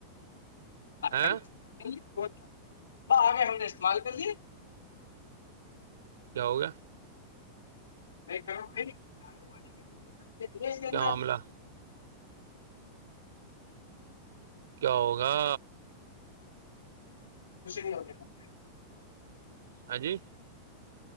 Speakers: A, on the left; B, on the right.
A: آارس
B: ہے
A: کیا وہ آ گئے ہم نے استعمال کر لیے
B: کیا ہوگیا
A: نہیںال کے دت سندا
B: کیا معاملہ کیا ہوگا
A: کچھ نہیں ہونے نش
B: ہاں جی